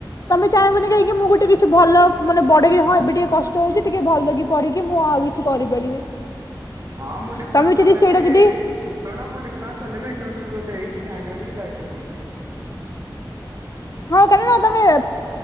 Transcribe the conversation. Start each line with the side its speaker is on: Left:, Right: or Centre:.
Left: ତାହାବୋଲି କାହିଁକି ମୁଁ ଗୋଟେ କିଛି ଭଲ ମାନେ ବଡକି, ହଁ ଏବେ ଟିକେ କଷ୍ଟ ହଉଛି ଟିକେ ଭଲକି ପଢିକି ମୁଁ ଆଉ କିଛି କରିପାରିବି।
Right: ହଁ ମୋ ଡିପ୍ଲୋମା
Left: ତମେ
Right: ସରିଲେବି,
Left: ଯଦି ସେଇଟା ଯଦି
Right: ଶୁଣ ମୋ ଡ଼ିପ୍ଳୋମା ସରିଲେବି ଇଣ୍ଟରଭିଉ ଦେଇକି ବ୍ୟାଙ୍କରେ ବି ଯାଇପାରିବେ।
Left: ହଁ କାହିଁକି ନା ତମେ